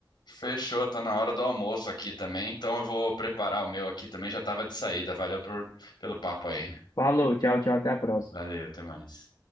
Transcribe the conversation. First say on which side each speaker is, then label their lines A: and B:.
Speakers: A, on the left; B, on the left.
A: Fechou, tá na hora do almoço aqui também, então eu vou preparar o meu aqui também, já tava de saída. Valeu por- pelo papo aí.
B: Falou, tchau, tchau, até a próxima.
A: Valeu, até mais.